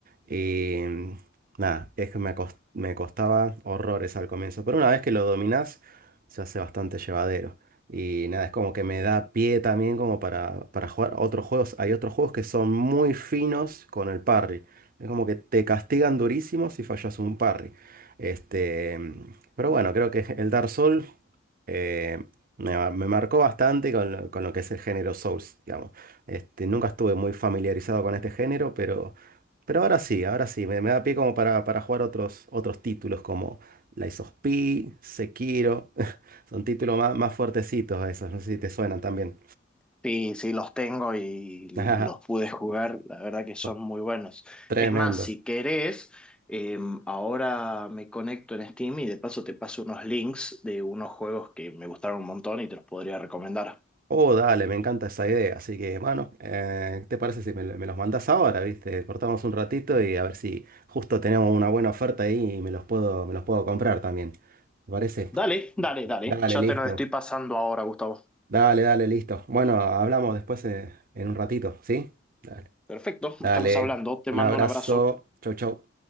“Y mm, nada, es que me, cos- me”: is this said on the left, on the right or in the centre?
Right